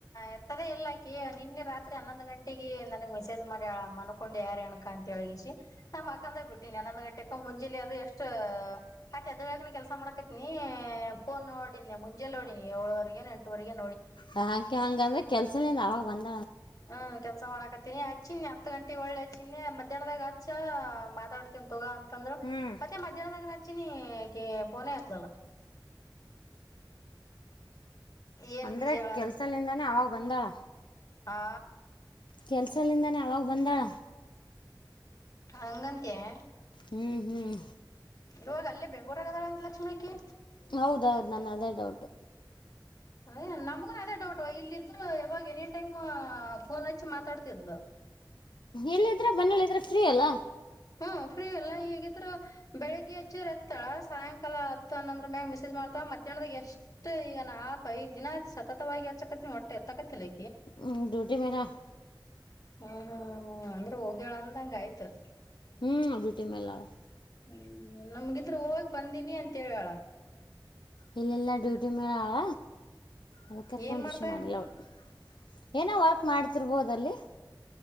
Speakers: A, on the left; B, on the left.
A: ಎತ್ತದೇ ಇಲ್ಲ ಆಕೀ ಕೇಳ್ ಇನ್ನೆ ರಾತ್ರಿ ಹನ್ನೊಂದು ಗಂಟೆಗೆಗ ನನಗ್ ಮೆಸೇಜ್ ಮಾಡ್ಯಾಳ ಮನ್ಕೊಂಡ್ಯ ರೇಣುಕಾ <unintelligible> ಅಂತ ನಮ್ಮ ಮಕ್ಕಂದ್ ಬಿಟ್ಟಿ ಹನ್ನೊಂದ್ ಗಂಟೆಕ ಮುಂಜೆಲಿ ಅದು ಎಷ್ಟ ಆಯ್ ಅದ ಬೆಳಗ್ನ ಕೆಲ್ಸ ಮಾಡಕತ್ತಿನಿ. ಫೋನ್ ನೋಡಿನಿ ಮುಂಜಲ್ ನೋಡನಿ ಏಳುವರೆಗೆ ಎಂಟೂವರೆಗೆ
B: ಹಾಗಾಕೆ ಹಂಗಂದ್ರೆ ಕೆಲ್ಸನೇನ್ ಅವಾಗ ಬಂದ್
A: ಹ್ಮ್ ಕೆಲ್ಸ ಮಾಡಕತ್ ಹಚ್ಚಿನಿ ಹತ್ತು ಗಂಟೆಗೆ ಒಳ್ಳೆ ಹಚ್ಚಿನಿ ಮಧ್ಯಾಹ್ನದಾಗ ಆಚ್ಚ ಮಾತಾಡ್ತೀನ್ ತೊಗ ಅಂತ ತಂದ್ರ
B: ಹ್ಮ್
A: ಮತ್ತೆ ಮಧ್ಯಾಹ್ನದಾಗ ನಚ ನೀ ಪೋನ ಎತ್ತಲ್ಲ. ಏನ್
B: ಅಂದ್ರೆ
A: ಬಿಜಿ ಅಳ
B: ಕೆಲ್ಸಲಿಂದಾನೇ ಅವಾಗ ಬಂದಳ.
A: ಹಾ
B: ಕೆಲಸಲಿಂದನೇ ಆವಾಗ ಬಂದಾಳ.
A: ಹಂಗಂತಿಯಾ
B: ಹ್ಮ್ ಹ್ಮ್
A: ಇವಾಗ ಅಲ್ಲಿ ಬೆಂಗಗಳೂರ್ ಗದಳೆಂತ ಲಕ್ಷ್ಮೀಕಿ.
B: ಹೌದೌದು ನನ್ ಅದೇ ಡೌಟ್
A: ಅದೇ ನಮ್ಗು ಅದೇ ಡೌಟ್ ಇಲ್ಲಿದ್ರು ಇವಾಗ ಎನಿ ಟೈಮ್ ಫೋನ್ ಹಚ್ಚಿ ಮಾತಾಡ್ತಿದ್ಲು. <unintelligible>
B: ಎಲ್ಲಿದ್ರೆ ಮನೇಲಿದ್ರೆ ಫ್ರೀ ಅಲ್ಲ.
A: ಹಾ ಫ್ರೀ ಎಲ್ಲ ಹೇಗಿದ್ರ ಬೆಳಿಗ್ಗೆ ಹಚ್ಚ ಹತ್ತಾಳ ಸಾಯಂಕಾಲ ಹತ್ತು ಅನ್ನಂದ್ರ ಮ್ಯಾಗ ಮಿಸಸೇಜ್ ಮಾಡ್ತಾ ಮತ್ತೆ ದಿನದಾಗ ಎಷ್ಟು ಈಗ ನಾ ೈದು ದಿನ ಸತತವಾಗಿ ಎಚ್ಚಕತಿ ಒಟ್ಟ ಎತ್ತಕತಿಲಿ
B: ಹೂ ್ಯಟಿ ಮೇಲೆ
A: ಹೂ ಹೂ ಹೂ ಅಂದ್ರೆ ಹೋಗ್ಯೇಳ ಅಂದಂಗ ಆಯ್ತ
B: ಹೂ ಅದೇ ಟೈಮ್ ನಲ್ಲಿ ಅದೇ
A: ಹೂ ನಮ್ಗಿದ್ರರು ಹೋಗ ಬಂದನಿ ಅಂತ ಹೇಳಳ
B: ಇಲ್ಲೆಲ್ಲ ಡ್ಯೂಟಿ ಮೇಲೆ ಆಳ ಅದಕ್ಕೆ ಫೋನ್
A: ಏನ್ ಮಾಡ್ತಾಳೇನ
B: ರಿಷೀವ್ ಮಾಡಿಲ್ಲ ಅವಳು ಏನೋ ವರ್ಕ್ ಮಾಡ್ತಿರ್ಬೋದಲ್ಲಿ